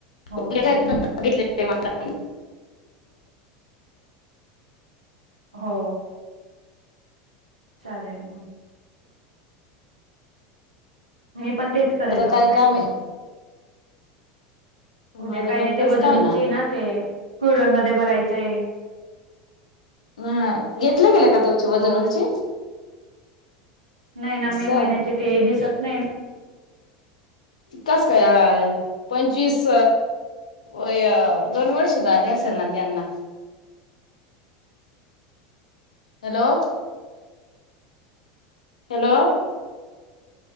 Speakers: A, on the left; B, on the right.
A: <unintelligible>
B: हो
A: मला. <unintelligible>
B: हो चालेल. मी पण तेच करेल
A: आता
B: ना मग, काय
A: काम
B: करू?
A: आहे
B: उद्या
A: माझं
B: काय नाही
A: पण
B: ते
A: तेच
B: वजनूंची
A: काय ना.
B: ते क्युडन मध्ये भरायचंय
A: ह घेतलं गेला का तुमची वजन
B: हो
A: उंची?
B: नाही ना
A: असं
B: मे महिन्याचे ते दिसत नाही
A: कस काय, पंचवीस वय दोन वर्ष झाले असेल ना त्यांना? हॅलो हॅलो